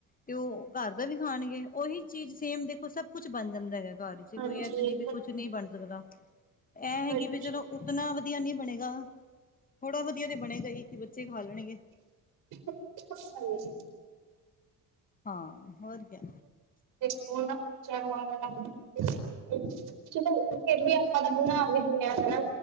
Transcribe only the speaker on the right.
ਹਾਂਜੀ
ਹਾਂਜੀ
ਹਾਂਜੀ।
ਤੇ ਸਕੂਲ ਨਾ ਬੱਚਿਆਂ ਨੂੰ ਔਏਲ ਵਾਲਾ ਨਈ ਭੇਜਦੇ, ਚਲੋ ਫਿਰ ਵੀ ਆਪਾਂ ਤਾ ਬਣਾ ਵੀ ਦਿੰਦੇੇ ਆ ਹਨਾ,